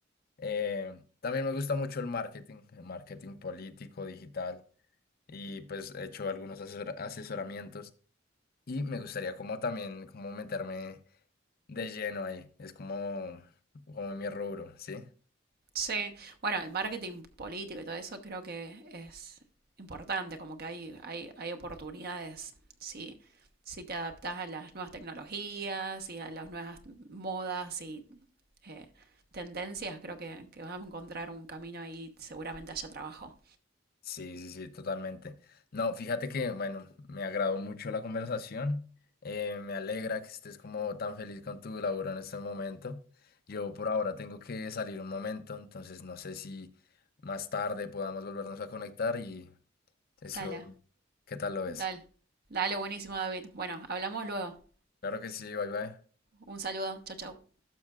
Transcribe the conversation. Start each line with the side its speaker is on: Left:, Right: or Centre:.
Left: Eh, también me gusta mucho el marketing, el marketing político, digital, y pues he hecho algunos asesor- asesoramientos. Y me gustaría como también como meterme de lleno ahí. Es como, como mi rubro, ¿sí?
Right: Sí, bueno, el marketing político y todo eso creo que es importante, como que hay, hay, hay oportunidades si, si te adaptas a las nuevas tecnologías y a las nuevas modas y eh, tendencias, creo que, que vas a encontrar un camino ahí, seguramente haya trabajo.
Left: Sí, sí, sí, totalmente. No, fíjate que, bueno, me agradó mucho la conversación. eh, me alegra que estés como tan feliz con tu laburo en este momento. Yo por ahora tengo que salir un momento, entonces no sé si más tarde podamos volvernos a conectar y eso,
Right: Dale,
Left: ¿qué tal lo ves?
Right: dale, dale, buenísimo David. Bueno, hablamos luego.
Left: Claro que sí, bye bye.
Right: Un saludo, chau, chau.